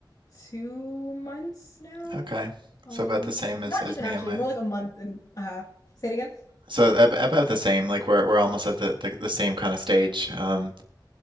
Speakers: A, on the left; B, on the right.
A: two months now?
B: Okay.
A: Um,
B: So about the same as
A: not
B: as
A: even
B: me
A: actually,
B: and my.
A: more like a month and a half. Say it again.
B: So ab about the same. Like we're we're almost at the the, the same kind of stage. Um,